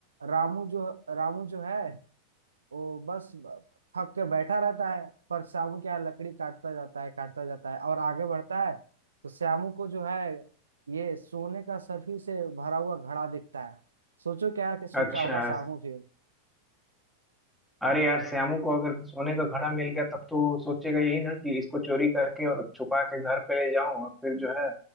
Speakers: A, on the right (about 75°); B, in the centre.
A: रामू जो रामू जो है वो बस थक के बैठा रहता है पर श्यामू क्या है लकड़ी काटता जाता है काटता जाता है और आगे बढ़ता है तो श्यामू को जो है ये सोने का सर्फी से भरा हुआ घड़ा दिखता है सोचो क्या क्या सोचा
B: अच्छा
A: होगा श्यामू फिर
B: अरे यार श्यामू को अगर सोने का घड़ा मिल गया तब तो वो सोचेगा यही ना कि इसको चोरी करके और छुपा के घर पे ले जाऊं और फिर जो है